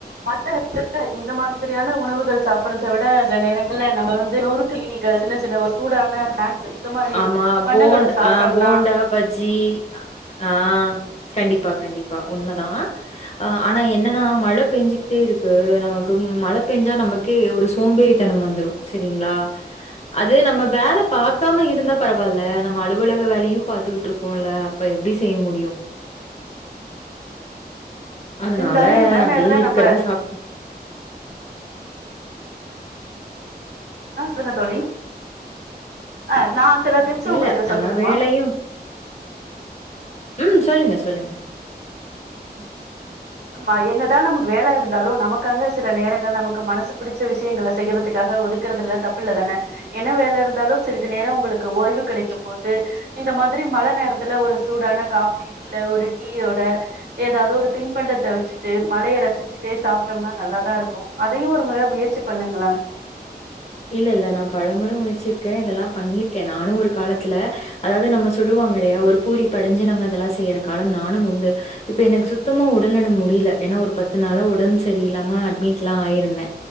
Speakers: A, on the right; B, on the left.
A: மழ <unintelligible> இந்த மாதிரியான உணவுகள் சாப்புறத விட சில நேரங்கள்ல நம்ம வந்து நொரு கிளினிகள் சின்ன சின்ன ஒரு சூடான ஸ்நாக்ஸ் இந்த மாறி
B: ஆமா
A: பண்டங்கள
B: போண்
A: சாப்டோம்னா
B: ஆ போண்டா பஜ்ஜி ஆ கண்டிப்பா கண்டிப்பா உண்மதா அ ஆனா என்னன்னா மழ பேஞ்சிக்கிட்டே இருக்கு நமக்கு மழ பெஞ்சா நமக் கே ஒரு சோம்பேறித்தனம் வந்துரும் சேரிங்களா அது நம்ம வேல பாக் க்காம இருந்தா பரவாயில்ல நம்ம அலுவலக வேலையு பாத்துக்கிட்டு இருக்கோல அப்ப எப்புடி செய்ய முடியு அதனால
A: இருந்தாலுமே மழ
B: அப்டியே
A: நேரல
B: இருக்கிறத
A: நம்ம
B: சாப்
A: ஆ சொல்லுங்க தோழி அ நா சில டிப்ஸு
B: இல்ல
A: உங்குளுக்கு
B: நம்ம
A: சொல்லட்டுமா
B: வேலையு ம் சொல்லுங்க சொல்லுங்க
A: ம் என்னதா நமக்கு வேல இருந்தாலு நமக்காக சில நேரங்கள் நமக்கு மனசுக்கு பிடிச்ச விஷயங்கள செய்யறதுக்காக ஒதுக் குறதுல தப்பில்ல தான என்ன வேல இருந்தாலு சிறிது நேரோ உங்குளுக்கு ஓய்வு கெடைக்கும் போது இந்த மாதிரி மழ நேரத்துல ஒரு சூடான காஃபி இல்ல ஒரு டீயோட ஏதாவது ஒரு தின்பண்டத்த வெச்சுட்டு மழைய ரசிச்சுட்டே சாப்ட்டோம்னா நல்லாதா இருக்கோ அதையு ஒரு முற முயற்சி பண்ணுங்களே
B: இல்ல இல்ல நா பலமுர முயற்சிருக்கே இதெல்லா பண்ணியிருக்கே நானு ஒரு காலத்துல அதாவது நம்ம சொல்லுவாங்க இல்லயா ஒரு பூரிப்படைஞ்சு நம்ம இதெல்லா செய்யுற காலம் நானும் உண்டு இப்ப எனக்கு சுத்தமா உடல் நலம் முடியுல ஏன்னா ஒரு பத்து நாளா உடும்பு செரியில்ல்லாம அட்மிட்லா ஆயிருந்தே